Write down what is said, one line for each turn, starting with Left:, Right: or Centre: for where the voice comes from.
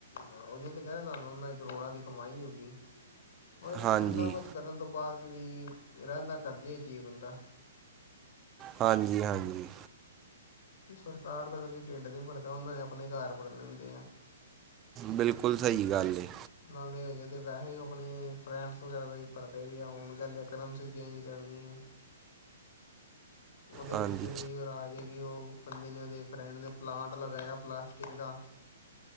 Left: ਓਹੀਓ ਤੇ ਕਹਿ ਰਿਆ ਤੁਹਾਨੂੰ ਉਨਾ ਦੀ ਕਰੋੜਾਂ ਦੀ ਕਮਾਈ ਹੋ ਗਈ, ਪਰ
Right: ਹਾਂਜੀ
Left: ਇੰਨਾ ਕੁਛ- ਕਰਨ ਤੋਂ ਬਾਅਦ ਵੀ ਰਹਿੰਦਾ ਕਰਜੇ ਵਿਚ ਈ ਏ ਬੰਦਾ।
Right: ਹਾਂਜੀ- ਹਾਂਜੀ।
Left: ਵੀ ਸਰਕਾਰ ਦਾ ਕਦੀ ਢਿੱਡ ਨੀ ਭਰਦਾ ਉਹਨਾਂ ਨੇ ਆਪਣੇ ਘਰ ਭਰਨੇ ਹੁੰਦੇ ਐ।
Right: ਬਿਲਕੁਲ ਸਹੀ ਗੱਲ ਏ।
Left: ਨਾਲੇ ਹਜੇ ਤੇ ਵੈਸੇ ਆਪਣੀ ਫਰਿੰਡਸ ਵਗੈਰਾ ਦਾ ਹੀ ਭਰਦੇ ਪੇਯਾ ਹੁਣ ਕਹਿੰਦੇ ਕਰੰਸੀ ਚੇਂਜ ਕਰਨੀ ਐ। ਉਹਦੇ
Right: ਹਾਂਜੀ
Left: ਪਿੱਛੇ ਵੀ ਅਹਿਯੋ ਰਾਜ ਹੈ ਕੀ ਉਹ ਬੰਦੇ ਨੇ ਉਹਦੇ ਫਰੈਂਡ ਨੇ ਪਲਾਂਟ ਲਗਾਇਆ ਪਲਾਸਟਿਕ ਦਾ।